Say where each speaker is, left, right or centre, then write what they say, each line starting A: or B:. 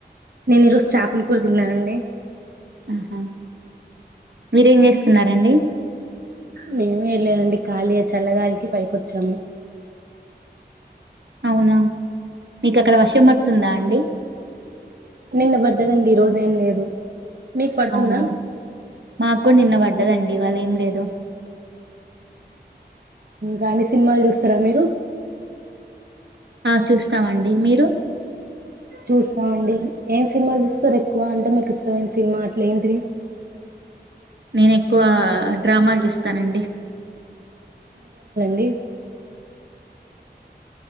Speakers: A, on the right (about 60°); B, on the right (about 85°).
A: నేను ఈరోజు చేపల కూర తిన్నానండి
B: ఆహా మీరేం చేస్తున్నారండి
A: మేమ లేదండి ఖాళీ చల్లగాలికి పైకొచ్చాము
B: అవునా మీక అక్కడ వర్షం పడుతుందా అండి
A: నిన్న పడ్డదండి ఈ రోజ ఏం లేదు మీకు పడుతుందా
B: అవునా మాకు నిన్న వడ్డదండి ఈ వాళ్ళ ఏం లేదో
A: కాని సినిమాలు చూస్తార మీరు
B: ఆ చూస్తామండి మీరు
A: చూస్తామండి ఏం సినిమాలు చూస్తారు ఎక్కువ అంటే మీకు ఇష్టమైన సినిమా అట్లే ఏంటిది
B: నేను ఎక్కువ డ్రామాలు చూస్తానండి
A: డి